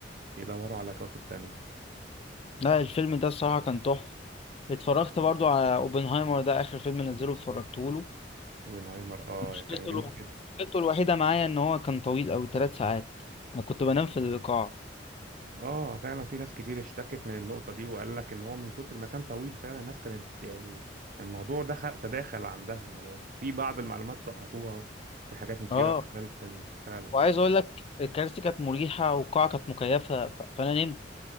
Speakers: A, on the right (about 50°); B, on the left (about 35°).
A: يدوروا على كواكب تانية
B: لا الفيلم ده الصراحة كان تحفة اتفرجت برضو على اوبنهايمر ده آخر فيلم نزله اتفرجته له
A: اوبنهايمر اه
B: مشكلته
A: كان جميل
B: الوحيدة
A: جدا
B: مشكلته الوحيدة معايا إن هو كان طويل أوي تلات ساعات أنا كنت بنام في القاعة
A: اه فعلا في ناس كتير اشتكت من النقطه دي وقال لك ان هو من كتر ما كان طويل فعلا الناس كانت يعني الموضوع دخل تداخل عندها ما بقاش في بعض المعلومات سقطوها في حاجات نسيوها
B: اه
A: في خلال الفيلم فعلا
B: وعايز أقول لك الكراسي كانت مريحة والقاعة كانت مكيفة ف- فأنا نمت